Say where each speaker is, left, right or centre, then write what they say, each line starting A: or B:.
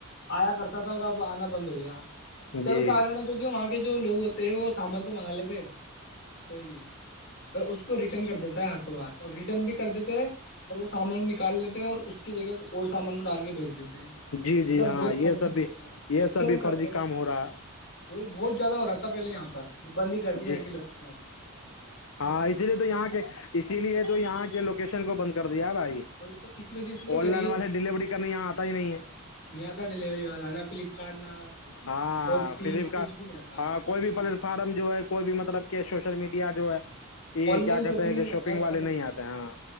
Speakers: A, on the left; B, on the left.
A: آیا کرتا تھا اور اب آنا بند ہو گیا اس کا
B: جی
A: بھی کارن ہے جو کہ وہاں کے جو لوگ ہوتے ہیں وہ سامان م م گل کے کوئی بھی اس کو ریٹرن کر دیتا ہے ہاتھوں اور ریٹرن بھی کر دیتے ہیں اور اس <unintelligible> سامان نکال لیتے ہیں اور اس <unintelligible> اس کی جگہ کو اور سامان کو ڈال کے بھیج دیتے ہیں
B: جی جی
A: مطلب
B: ہاں
A: بہت
B: یہ
A: فرجیت
B: سب بھی
A: کرتے ہیں
B: یہ
A: اس
B: سب
A: لی ہم
B: بھی فرضی
A: کرتے ہیں
B: کام
A: <unintelligible>
B: ہو رہا ہے
A: وہی بہت زیاد ہو رہا تھا پہلے یہاں پر <unintelligible> ج بند ہی کر دی یہ
B: جی
A: کے لوگ <unintelligible>
B: ہاں اسی لیے تو یہاں کے اسی لیے تو یہاں کے لوکیشن کو بند کرتا <unintelligible> بھائی
A: وہی تو اس وجہ سے تو
B: آن
A: کریے
B: لائن والے ڈیلیوری کرنے یہاں آتا ہی نہیں ہے
A: نہیں آتا ڈیلیوری والا نہ فلپکارٹ نہ
B: ہاں
A: شاپسی
B: فلپکارٹ
A: کچھ بھی نہیں آتا آپ
B: ہاں کوئی بھی
A: میشو
B: پلیٹ فارم
A: پہ
B: جو ہے <unintelligible> کوئی بھی مطلب کہ سوشل میڈیا جو ہے <unintelligible> یہ
A: آن
B: کیا
A: لائن
B: کہتے ہیں کہ شاپنگ
A: ایپ
B: والے
A: بند
B: نہیں
A: کر
B: آتے
A: رہا
B: ہاں